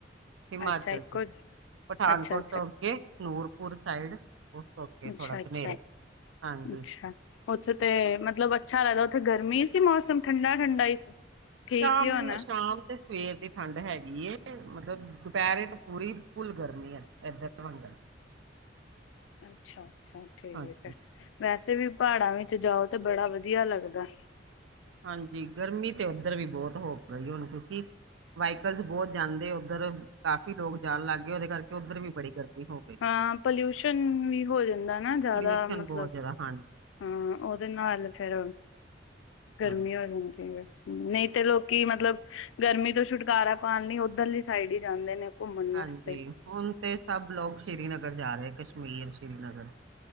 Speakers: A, on the right (about 85°); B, on the left (about 90°).
A: ਹਿਮਾਚਲ
B: ਅੱਛਾ ਇੱਕੋ
A: ਚ,
B: ਅੱਛਾ
A: ਪਠਾਨਕੋਟ
B: ਅੱਛਾ
A: ਤੋਂ ਅੱਗੇ, ਨੂਰਪੁਰ ਸਾਈਡ ਉਸ ਤੋ ਅ ਅਗੇ
B: ਅੱਛਾ
A: ਥੋੜਾ
B: ਅੱਛਾ
A: ਬਨੇਰਾ ਹਾਂਜੀ।
B: ਅੱਛਾ ਉੱਥੇ ਤੇ ਮਤਲਬ ਅੱਛਾ ਲੱਗਦਾ ਉੱਥੇ ਗਰਮੀ ਸੀ ਮੌਸਮ ਠੰਡਾ-ਠੰਡਾ ਈ ਸੀ। ਠੀਕ
A: ਸ਼ਾਮ,
B: ਹੀ ਹੋਣਾ
A: ਸ਼ਾਮ। ਤੇ ਸਵੇਰ ਦੀ ਠੰਡ ਹੈਗੀ। ਮਤਲਬ ਦੁਪਹਿਰੇ ਤਾਂ ਪੂਰੀ ਫੁੱਲ ਗਰਮੀ ਐ ਇੱਧਰ ਵਾਂਗਣ
B: ਅੱਛਾ-ਅੱਛਾ ਠੀਕ
A: ਹਾਂਜੀ।
B: ਐ। ਵੈਸੇ ਵੀ ਪਹਾੜਾਂ ਵਿੱਚ ਜਾਓ ਤੇ ਬੜਾ ਵਧੀਆ ਲੱਗਦਾ।
A: ਹਾਂਜੀ ਗਰਮੀ ਤੇ ਉੱਧਰ ਵੀ ਬਹੁਤ ਹੋ ਪਈ ਹੁਣ ਕਿਉਂਕਿ ਵਹੀਕਲਸ ਬਹੁਤ ਜਾਂਦੇ ਉੱਧਰ ਕਾਫ਼ੀ ਲੋਕ ਜਾਣ ਲੱਗ ਗਏ ਉਹਦੇ ਕਰਕੇ ਉੱਧਰ ਵੀ ਬੜੀ ਗਰਮੀ ਹੋ ਗਈ ਹੈ,
B: ਹਾਂ ਪੋਲਿਊਸ਼ਨ ਵੀ ਹੋ ਜਾਂਦਾ ਨਾ ਜ਼ਿਆਦਾ
A: ਪੋਲਿਊਸ਼ਨ
B: ਮਤਲਬ
A: ਬਹੁਤ ਜ਼ਿਆਦਾ ਹਾਂਜੀ
B: ਹਾਂ ਉਹਦੇ ਨਾਲ ਫੇਰ ਗਰਮੀ
A: ਹਾਂਜੀ,
B: ਹੋ ਜਾਂਦੀ ਸੀ ਨਹੀਂ ਤੇ ਲੋਕੀ ਮਤਲਬ ਗਰਮੀ ਤੋਂ ਛੁਟਕਾਰਾ ਪਾਉਣ ਲਈ ਉੱਧਰਲੀ ਸਾਈਡ ਹੀ ਜਾਂਦੇ ਨੇ ਘੁੰਮਣ ਵਾਸਤੇ
A: ਹਾਂਜੀ ਹੁਣ ਤੇ ਸਭ ਲੋਕ ਸ਼੍ਰੀਨਗਰ ਜਾ ਰਹੇ ਕਸ਼ਮੀਰ ਸ਼੍ਰੀਨਗਰ